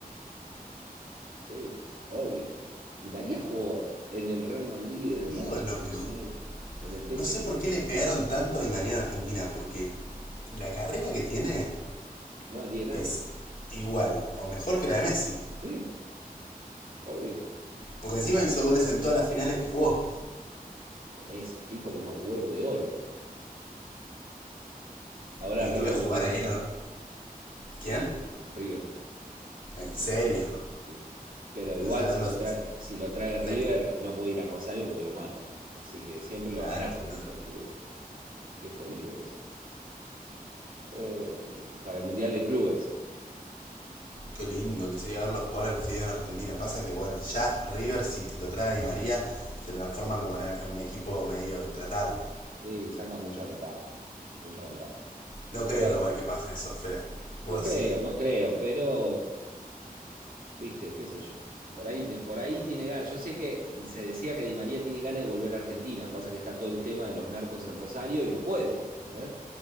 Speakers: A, on the right; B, on the left.
A: Sí, obvio. Ni María jugó en el Real Madrid, en el
B: Digo
A: Manchester
B: lo que...
A: United,
B: ju-
A: en el PSG.
B: No sé por qué le pegaron tanto a Di María en Argentina, porque la carrera que tiene
A: No tiene
B: es
A: nadie.
B: igual o mejor que la de Messi.
A: Sí, obvio.
B: Porque encima hizo goles en todas las finales que jugó.
A: Por eso, el tipo con unos huevos de oro. Ahora
B: Y
A: River
B: lo ves jugar
A: lo quiere
B: ahí
A: traer.
B: en el... ¿Quién?
A: River,
B: En serio.
A: sí. Pero igual
B: Pero está hablando
A: si lo
B: en
A: trae, si lo trae River,
B: serio.
A: eh, no puede ir a Rosario porque lo matan. Así que siempre lo
B: Claro,
A: amenazan,
B: boludo.
A: ¿viste? Al fideo. Qué jodido eso. eh, para el Mundial de Clubes.
B: Qué lindo que sería verlo jugar al Fideo en Argentina. Pasa que, bueno, ya River, si lo trae a Di María, se transforma como en al- en un equipo medio intratable.
A: Y saca mucha ventaja, mucha ventaja.
B: No
A: Pero
B: creo
A: bueno,
B: igual que pase eso, Fede. ¿Vos
A: no creo,
B: decís?
A: no creo, pero, viste, qué sé yo. Por ahí, por ahí tiene ganas. Yo sé que se decía que Di María tiene ganas de volver a Argentina. Pasa que está todo el tema de los narcos en Rosario y no puede, ¿entendés?